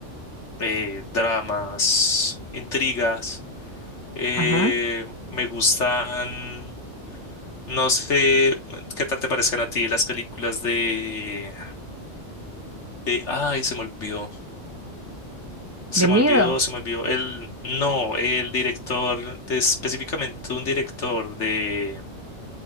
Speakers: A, on the left; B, on the right.
A: eh, dramas, intrigas. eh,
B: Ajá.
A: me gustan, no sé, ¿qué tal te parecen a ti las películas de, de, ay, se me olvidó. Se
B: De miedo,
A: me olvidó, se me olvidó. El, no, el director, de- específicamente un director de...